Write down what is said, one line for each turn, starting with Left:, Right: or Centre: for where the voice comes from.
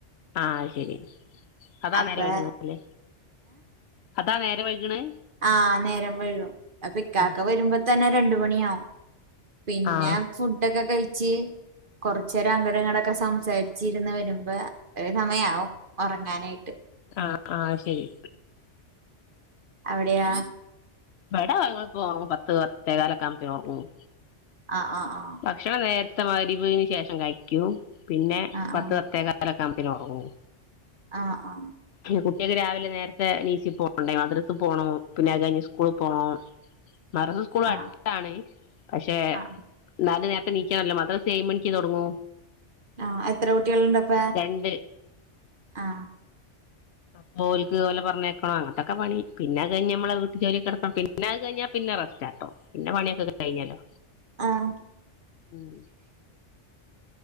Left: ആഹ അത് ശരി അതാ
Right: അപ്പൊ
Left: നേരെ വൈകുന്നത് അതാ നേരെ വൈകണേ
Right: ആഹ് നേരം വഴുകും അപ്പൊ ഇക്കാക്ക
Left: ആഹ്
Right: വരുമ്പോ തന്നെ രണ്ട് മണിയാവും പിന്നെ
Left: ആഹ്
Right: ഫുഡൊക്കെ കഴിച്ച് കുറച്ചേരം അങ്കടങ്ങളൊക്കെ സം സംസാരിച്ചിരുന്ന് വരുമ്പോ കുറെ സമയവും ഉറങ്ങാനായിട്ട്
Left: ആഹ് ആഹ് ശരി
Right: അവിടെയാ
Left: ബട വ പത്ത് പത്തേ കാലൊക്കെവുമ്പോളത്തേക്ക് ഉറങ്ങും
Right: ആ ആഹ് ആഹ്
Left: ഭക്ഷണം <unintelligible> ശേഷം കഴിക്കൂ പിന്നെ
Right: ആഹ്
Left: പത്ത് പത്തേ കാലോ ഞമ്പിന്നെ ഒറങ്ങും
Right: ആ ആ
Left: കുട്ടികൾക്ക് രാവിലെ നേരത്തെഎണീച്ചു പോണ്ടെ മദ്രസ്സ് പോണം പിന്നെഅത് കഴിഞ്ഞു സ്കൂ സ്കൂളിൽ പോണം മറസ് സ്കൂളടുത്താണ്
Right: ആഹ്
Left: പക്ഷെ
Right: ആഹ്
Left: ന്നാലും ണീക്കാറില്ലമദ്രസ്സ് ഏഴു മണിക്ക് തൊടങ്ങൂ
Right: ആഹ് എത്ര കുട്ടികൾുണ്ടപ്പ
Left: രണ്ട്
Right: ആ
Left: അപോൽക്ക് പോലെ പറഞ്ഞേക്കണം അങ്ങത്തൊക്കെ പണി പിന്നെത് കഴിഞ്ഞഞ് മ്മളെ വീട്ടു ജോലിക്കെടുക്കണം പിന്നെ അത് കഴിഞ്ഞാ പിന്നെ റെസ്റ്റാ ട്ടോ പിന്നെ പണിയൊക്കെെ കഴിഞ്ഞാലോ
Right: ആഹ്
Left: ഉം